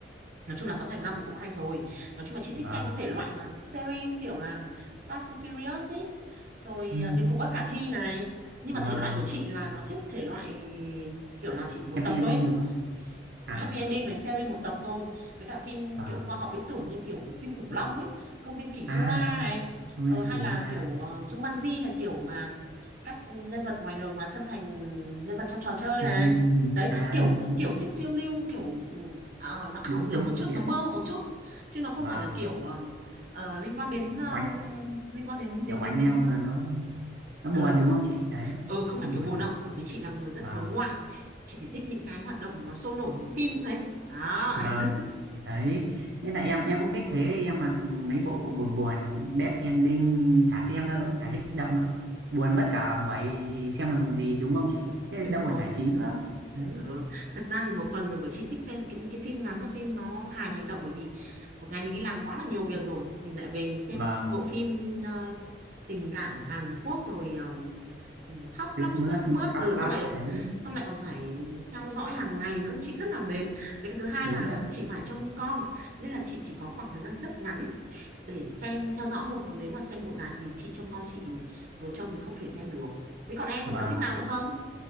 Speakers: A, on the right (about 45°); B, on the right (about 65°).
A: nói chung là có Thành Long thì cũng hay rồi nói chung là chị
B: vâng
A: thích xem cái thể loại mà series như kiểu là Fast and Furious ý rồi
B: Ừ,
A: à, Điệp phục bất khả thi này nhưng
B: vâng,
A: mà thể loại của chị là nó thích thể loại kiểu là chỉ một
B: happy
A: tập
B: ending
A: thôi ấy.
B: đúng không?
A: S-
B: À,
A: Happy ending này series một tập thôi với cả phim
B: vâng.
A: kiểu khoa học viễn tưởng như kiểu phim khủng long ấy công viên kỷ Jura
B: À,
A: này
B: không
A: ờ,
B: biết
A: hay
B: chị Luna.
A: là kiểu uh, Jumanji là kiểu mà các nhân vật ngoài đời hóa thân thành nhân vật trong trò chơi
B: Ừ,
A: này đấy
B: à,
A: kiểu
B: đúng,
A: kiểu thích phiêu lưu kiểu ờ, nó ảo
B: đúng,
A: tưởng
B: đúng
A: một chút
B: chị
A: nó
B: ạ.
A: mơ một chút chứ nó không
B: Vâng,
A: phải là kiểu ờ, ờ, liên quan đến ờ,
B: oánh,
A: liên quan đến đến
B: kiểu oánh
A: đến đến
B: nhau mà
A: ờ,
B: nó nó buồn
A: ừ
B: đúng không chị? Đấy,
A: ừ không phải
B: buồn.
A: kiểu buồn đâu bởi vì chị là người rất
B: Vâng,
A: hướng ngoại chị thì thích những cái hoạt động nó sôi nổi phim cũng thế à
B: vâng,
A: <laughs>
B: đấy. Nên là em em cũng thích thế, em mà mấy bộ buồn buồn, bad ending chả xem đâu, cũng chả thích động đâu. Buồn mất cả buổi thì xem làm gì đúng không chị? Thế
A: đúng
B: đâu
A: rồi
B: còn giải trí nữa. Đấy,
A: Ờ, thật ra thì một phần là bởi chị thích xem những cái phim ngắn và phim nó hài hành động bởi vì một ngày mình đi làm quá là nhiều việc rồi mình lại về mình xem
B: vâng,
A: bộ phim ờ, tình cảm Hàn Quốc rồi ờm, ừm, khóc
B: ướt
A: lóc
B: mướt,
A: sướt mướt
B: khóc
A: ừ,
B: lóc,
A: xong rồi
B: đấy,
A: xong lại còn phải theo dõi hàng ngày nữa chị rất là mệt với cái thứ hai
B: đúng
A: là
B: ạ.
A: chị phải trông con nên là chị chỉ có khoảng thời gian rất ngắn để xem theo dõi thôi còn nếu mà xem bộ dài thì chị trông con chị vừa trông thì không thể xem được thế còn em còn
B: Vâng.
A: sở thích nào nữa không